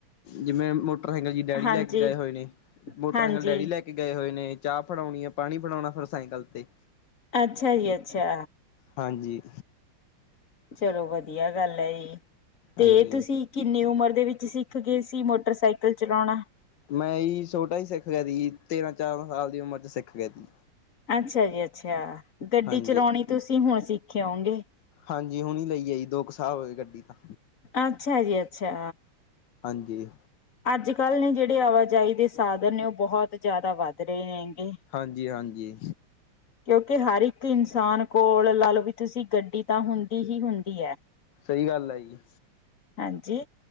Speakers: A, on the left; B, on the left.
A: ਜਿਵੇਂ ਮੋਟਰਸਾਈਕਲ ਜੀ ਡੈਡੀ
B: ਹਾਂਜੀ
A: ਲੈ ਕੇ ਗਏ ਹੋਏ ਨੇ, ਮੋਟਰਸਾਈਕਲ
B: ਹਾਂਜੀ
A: ਡੈਡੀ ਲੈ ਕੇ ਗਏ ਹੋਏ ਨੇ, ਚਾਹ ਫੜਾਉਣੀ ਹੈ, ਪਾਣੀ ਫੜਾਉਣਾ, ਫਿਰ ਸਾਈਕਲ ਤੇ।
B: ਅੱਛਾ ਜੀ ਅੱਛਾ।
A: ਹਾਂਜੀ।
B: ਚਲੋ ਵਧੀਆ ਗੱਲ ਹੈ ਜੀ, ਤੇ
A: ਹਾਂਜੀ
B: ਤੁਸੀਂ ਕਿੰਨੀ ਉਮਰ ਦੇ ਵਿੱਚ ਸਿਖ ਗਏ ਸੀ ਮੋਟਰਸਾਈਕਲ ਚਲਾਨਾ।
A: ਮੈਂ ੲਹੀ ਛੋਟਾ ਹੀ ਸਿਖ ਗਿਆ ਸੀ ਤੇਰਾਂ-ਚੌਦਾਂ ਸਾਲ ਦੀ ਉਮਰ ਚ ਸਿਖ ਗਿਆ ਸੀ।
B: ਅੱਛਾ ਜੀ ਅੱਛਾ ਗੱਡੀ
A: ਹਾਂਜੀ
B: ਚਲਾਉਣੀ ਤੁਸੀਂ ਹੁਣ ਸਿੱਖੇ ਹੋਓਗੇੰ?
A: ਹਾਂਜੀ ਹੁਣ ਲਈ ਏ ਜੀ ਦੋ ਕੁ ਸਾਲ ਹੋਏ ਗੱਡੀ ਤਾ।
B: ਅੱਛਾ ਜੀ ਅੱਛਾ।
A: ਹਾਂਜੀ।
B: ਅੱਜ ਕੱਲ੍ਹ ਨੇ ਜਿਹੜੇ ਆਵਾਜਾਈ ਦੇ ਸਾਧਨ ਨੇ ਉਹ ਬਹੁਤ ਜ਼ਿਆਦਾ ਵੱਧ ਰਹੇ ਨੇ ਹੈਗੇ।
A: ਹਾਂਜੀ-ਹਾਂਜੀ
B: ਕਿਉਂਕਿ ਹਰ ਇੱਕ ਇਨਸਾਨ ਕੋਲ ਲਾ ਲਓ ਵੀ ਤੁਸੀਂ ਗੱਡੀ ਤਾਂ ਹੁੰਦੀ ਹੀ ਹੁੰਦੀ ਹੈ।
A: ਸਹੀ ਗੱਲ ਹੈ ਜੀ।
B: ਹਾਂਜੀ